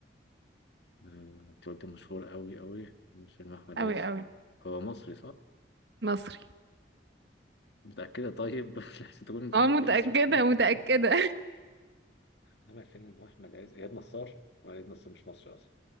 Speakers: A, on the left; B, on the right.
A: آه انت قلت مشهور قوي قوي عمل فيلم مع احمد
B: قوي
A: عز
B: قوي
A: هو مصري صح
B: مصري
A: متأكدة طيب <laughs> لحسن تكون مش
B: اه
A: عارف
B: متأكدة
A: اسمه <laughs>
B: متأكدة
A: عمل فيلم مع احمد عز اياد نصار هو اياد نصار مش مصري اصلا